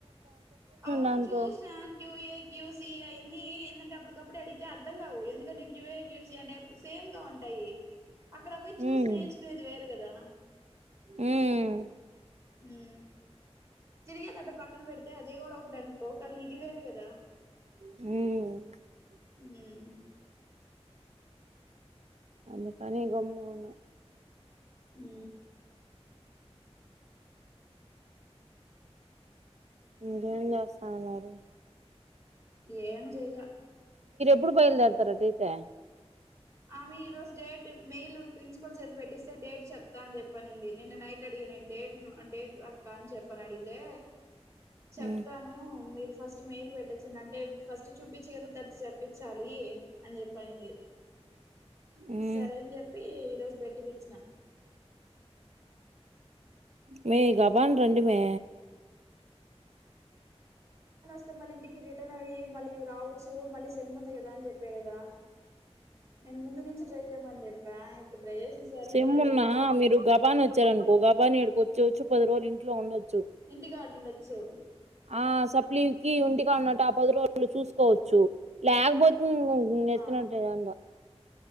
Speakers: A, on the right; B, on the right.
A: అవును
B: దాంతో
A: చూసా క్యూ ఏ క్యూ సి అయన్ని ఏంటంటే అప్పుడు కప్పుడు అడిగితే అర్థం కావు ఎందుకంటే క్యూఏ క్యూసి అంటే సేమ్ గా ఉంటాయి అక్కడ పోయి చూసి
B: ఉమ్
A: నేర్చుకునేది వేరు గదా ఆ
B: ఉమ్
A: ఊ తిరిగె దాకా పక్ పక్కనపెడితె అది కూడా ఒకటి అనుకో కానీ ఇది వేరు కదా
B: ఉమ్
A: ఉమ్
B: అందుకని గమ్ముగున్ను
A: ఊ
B: ఇంకేం చేస్తా ఉన్నారు
A: ఏం చేయిలా
B: ఎప్పుడు బయలుదేరతారటైతే
A: ఆమె ఈ రోజ్ డేట్ మెయిల్ ప్రిన్సిపల్ చేత పెట్టిస్తే డేట్ చెప్తా అని చెప్పనింది నిన్న నైట్ అడిగిన డేట్ను డేట్ అక్క చెప్ప అని అడిగితే చెప్తాను
B: ఉమ్
A: మీరు ఫస్ట్ మెయిల్ పెట్టొచ్చండి అంటే ఫస్ట్ చూపిచ్చి కదా తనతో చెప్పిచ్చాలి అని చెప్పి అనింది
B: ఉమ్
A: సరే అని జెప్పి ఈరోజు బెట్టిపిచ్చిన
B: మే గబాండ రండి మే
A: అ మళ్ళీ ఇంటికి రిటర్న్ అయి మళ్ళీ ఇవి రావచ్చు మళ్ళీ సెమ్మ్ ఉంది కదా అని చెప్ప కదా నేను ముందు నుంచి డ్రై చేయమండి ప్ర ఇప్పుడు ట్రై చేసిన సర్లే
B: సిమ్
A: ఏదైతేమే
B: ఉన్నా మీరు గబాని వచ్చారనుకో గబాని ఏడుకో చూచ్చు పది రజులు ఇంట్ ఉండదు
A: ఇంటికా ఆడుండచ్చు
B: ఆ సప్లీకి వుంటికి అన్నట్టు ఆ పది రోజలు చూసుకోవచ్చు లేకపోతే ఎత్నంటదా
A: ఆ
B: ఉంటా